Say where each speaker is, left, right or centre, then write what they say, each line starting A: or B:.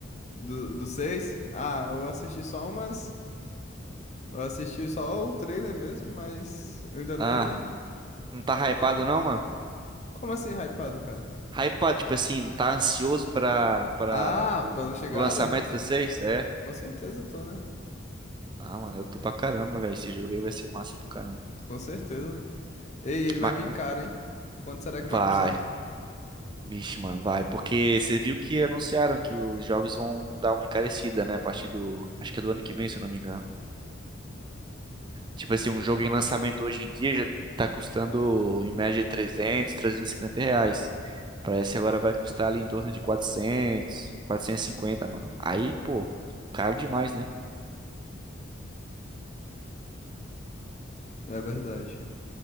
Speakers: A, on the left; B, on the right.
A: do, do seis Ah, eu assisti só umas. Eu assisti só o trailer mesmo, mas eu ainda nem.
B: Ah, não tá hypado não, mano?
A: Como assim, hypado, cara?
B: Hypado, tipo assim, tá ansioso pra, pra,
A: Ah,
B: pro,
A: pela chegada?
B: pro lançamento do 6, É?
A: Com certeza eu tô, né?
B: Ah, mano, eu tô pra caramba, velho. Esse jogo aí vai ser massa pra caramba.
A: Com certeza. Ei, ele vai
B: Mas
A: vir caro, hein? Quanto será que
B: vai.
A: vai custar?
B: Vixe, mano, vai. Porque você viu que anunciaram que os jogos vão dar uma encarecida, né? A partir do. Acho que é do ano que vem, se eu não me engano. Tipo assim, um jogo em lançamento hoje em dia já tá custando em média trezentos, trezentos e cinquenta reais. Parece que agora vai custar ali em torno de quatrocentos, quatrocentos e cinquenta, mano. Aí, pô, caro demais, né?
A: É verdade.